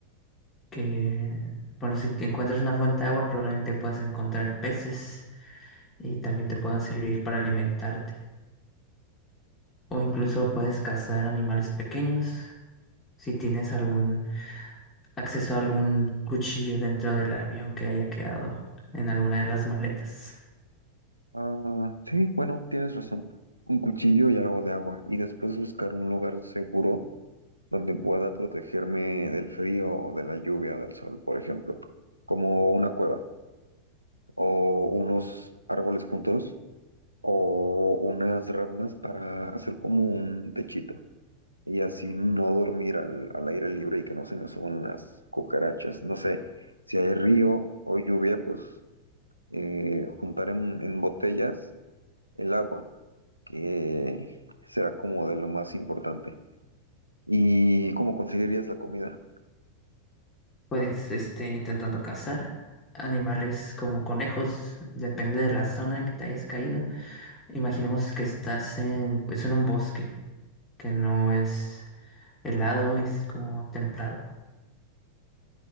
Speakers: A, on the left; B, on the right.
A: Que, bueno, si te encuentras una fuente de agua, probablemente puedas encontrar peces y también te puedan servir para alimentarte. O incluso puedes cazar animales pequeños. Si tienes algún acceso a algún cuchillo dentro del avión que haya quedado en alguna de las maletas.
B: Ah, sí, bueno, tienes razón. Un cuchillo y algo de agua. Y después buscar un lugar seguro donde pueda protegerme del frío, o de la lluvia o del sol, por ejemplo, como una cueva o unos árboles juntos o unas ramas para hacer como un techito y así no dormir al, al aire libre y que no se me suban las cucarachas. No sé, si hay río o lluvia, pues eh, juntar en, en botellas el agua, que será como de lo más importante. ¿Y cómo conseguirías la comida?
A: Pues, este, intentando cazar animales como conejos, depende de la zona en que te hayas caído. Imaginemos que estás en, pues, en un bosque que no es helado, es como templado.